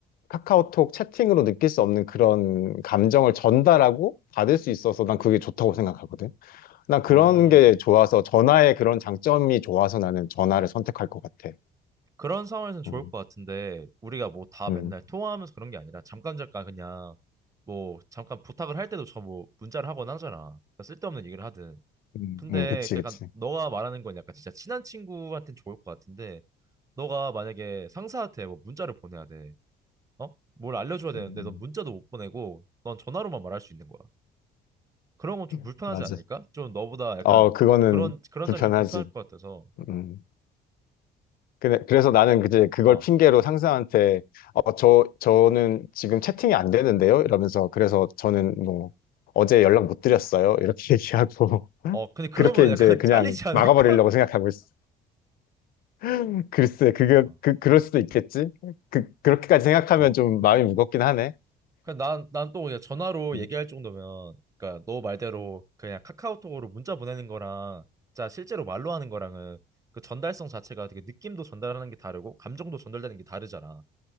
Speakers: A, on the left (about 60°); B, on the right (about 20°).
A: 카카오톡 채팅으로 느낄 수 없는 그런 감정을 전달하고 받을 수 있어서 난 그게 좋다고 생각하거든. 난 그런
B: 음.
A: 게 좋아서 전화의 그런 장점이 좋아서 나는 전화를 선택할 것 같아.
B: 그런 상황에서는 좋을
A: 어.
B: 것 같은데 우리가 뭐 다
A: 음,
B: 맨날 통화하면서 그런 게 아니라 잠깐 잠깐 그냥 뭐 잠깐 부탁을 할 때도 저 뭐 문자를 하거나 하잖아. 그러니까 쓸데없는 얘기를 하든.
A: 음,
B: 근데
A: 음, 그치,
B: 약간
A: 그치.
B: 너가 말하는 건 약간 진짜 친한 친구한테는 좋을 것 같은데 너가 만약에 상사한테 뭐 문자를 보내야 돼. 어? 뭘 알려줘야 되는데
A: 음,
B: 넌 문자도 못 보내고 넌 전화로만 말할 수 있는 거야. 그런 건 좀
A: 음.
B: 불편하지
A: 맞아.
B: 않을까? 좀 너보다 약간
A: 어, 그거는
B: 그런 그런
A: 불편하지.
B: 자리 좀 불편할 것 같아서.
A: 음. 근데 그래서 나는 이제 그걸
B: 어.
A: 핑계로 상사한테 어, 저 저는 지금 채팅이 안 되는데요? 이러면서 그래서 저는 뭐 어제 연락 못 드렸어요. 이렇게 <laughs> 얘기하고
B: 어, 근데 그러면
A: 그렇게 이제
B: 약간
A: 그냥
B: <laughs> 잘리지 않을까?
A: 막아버리려고 생각하고 있어. <laughs> 글쎄, 그게
B: 어.
A: 그 그럴 수도 있겠지. 그 그렇게까지 생각하면
B: 어.
A: 좀 마음이 무겁긴 하네.
B: 그냥 난, 난 또 그냥 전화로
A: 음,
B: 얘기할 정도면, 그러니까 너 말대로 그냥 카카오톡으로 문자 보내는 거랑, 자, 실제로 말로 하는 거랑은 그 전달성 자체가 되게 느낌도 전달하는 게 다르고, 감정도 전달되는 게 다르잖아.